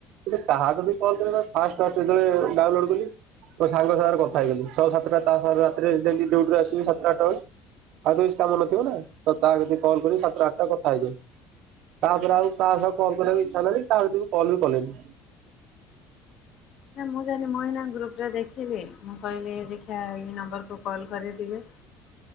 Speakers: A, on the right; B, on the left.
A: କାହାକୁ ବି କଣ କ ଫାଷ୍ଟ ଫାଷ୍ଟତେବେଳେ ଡାଉନଲୋଡ କଲି। ମୋ ସାଙ୍ଗ ସାଙ୍ଗରେ କଥା ହେଇଗଲି ଶହଅ ସାତଟା ତା ସରେ ରାତିରେ ଡଲିଡଉଟରେ ଆସିବି ସାତଟା ଆଠଟା ଆଉ କି କାମ ନଥିବ ନା ତ ତା ଯଦି କଲ୍ କରି ସାତ ଆଠଟା କଥା ହେଇଯାଏ। କାହାରେ ଆଉ କାହା ସହ କଲ କରିବାକୁ ଇଚ୍ଛା ନାଁ ତା ଭିତରେ କଲ ବି କଲିନି।
B: ନା ମୁଁ ଜାଣିନି ମଇନା ଗ୍ରୁପରେ ଦେଖିଲି ମୁଁ କହିଲି ଦେଖିବା ଏଇ ନମ୍ବରକୁୁ କଲ୍ କରେ ଟିକେ।